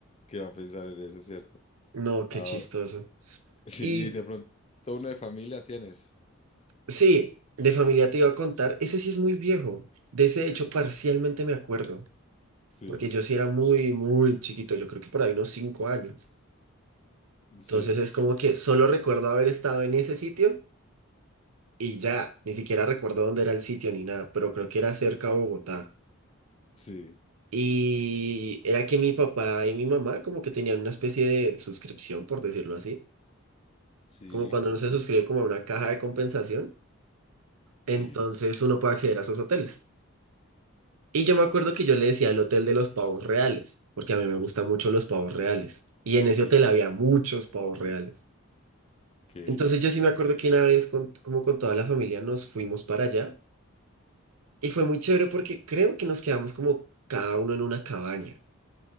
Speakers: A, on the left (about 30°); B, on the right (about 85°).
A: ¿Qué va a pensar en eso, ¿cierto?
B: No, qué
A: Ah,
B: chistoso.
A: <laughs> sí,
B: Y
A: y de pronto, uno de familia tienes.
B: sí, de familia te iba a contar, ese sí es muy viejo. De ese hecho, parcialmente me acuerdo,
A: Sí,
B: porque yo sí era muy, muy chiquito, yo creo que por ahí unos cinco años.
A: sí,
B: Entonces es como que solo recuerdo haber estado en ese sitio y ya, ni siquiera recuerdo dónde era el sitio ni nada, pero creo que era cerca
A: sí,
B: a Bogotá.
A: sí,
B: Y era que mi papá y mi mamá como que tenían una especie de suscripción, por decirlo así,
A: sí,
B: como cuando uno se suscribe como a una caja de compensación,
A: sí.
B: entonces uno puede acceder a esos hoteles. Y yo me acuerdo que yo le decía el Hotel de los Pavos Reales, porque a mí me gustan mucho los pavos reales. Y en
A: Ok,
B: ese hotel había muchos pavos reales.
A: ok,
B: Entonces yo sí me acuerdo que una vez con- como con toda la familia nos fuimos para allá y fue muy chévere porque creo que nos quedamos como cada uno en una cabaña.